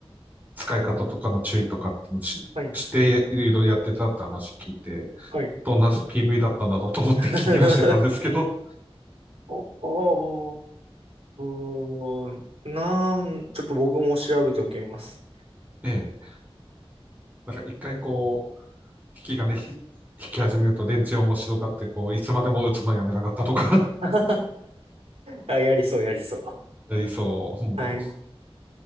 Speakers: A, on the right; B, on the right.
A: 使い方とかの注意とかってのし、
B: はい。
A: していろいろやってたって話聞いて、
B: はい。
A: どんな PV だったんだろうと思って気にはしてたんですけど、
B: <laughs> お、おー、なん、ちょっと僕も調べておきます。
A: ええ、なんか一回こう、引きがね、ひ引き始めると電池面白がって、こう、いつまでも打つのやめなかったとか
B: <laughs> あ、やりそう、やりそう。
A: <laughs> やりそう。も
B: はい。